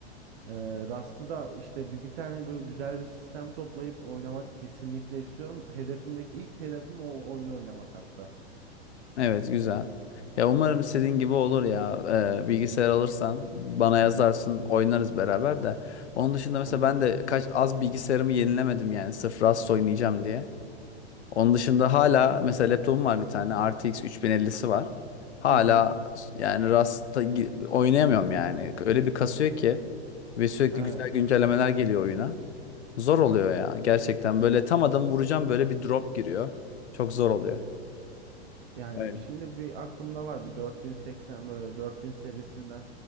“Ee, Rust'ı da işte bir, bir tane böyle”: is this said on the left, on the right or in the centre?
Right